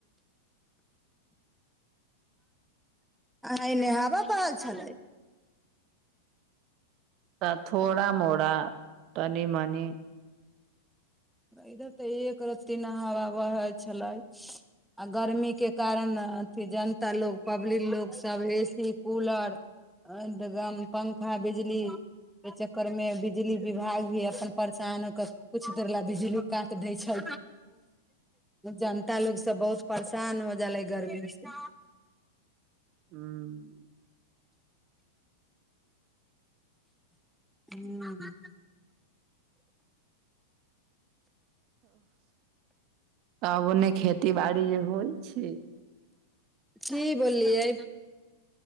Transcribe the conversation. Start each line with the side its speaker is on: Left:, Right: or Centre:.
Centre: आ नेहाबऽ पड़ल छलै
Right: तऽ थोड़ा मोड़ा तनी मनी
Centre: इधर तऽ एक रत्ती नहवा बहै छलै आ गर्मीके कारण अथि जनता लो पब्लिक लोकसभ ए सी कूलरम पंखा बिजली के चक्करमे बिजली विभाग भी अपन परेशान के कुछु देर लए बिजली काट दै छै जनता लोग सब बहुत परेशान हो जाले गर्मी से
Right: <unintelligible>
Centre: हाँ
Right: तब ओने खेती बाड़ी जे होइ छै
Centre: जी बोललियै